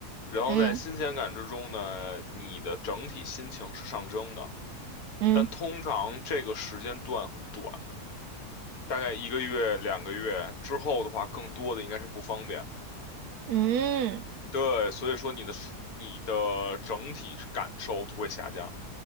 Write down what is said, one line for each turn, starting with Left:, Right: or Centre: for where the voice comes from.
Left: 然后在新鲜感之中呢，
Right: 嗯
Left: 你的整体心情是上升的。
Right: 嗯
Left: 但通常这个时间段很短，大概一个月、两个月之后的话，更多的应该是不方便。
Right: 嗯
Left: 对，所以说你的你的整体感受就会下降。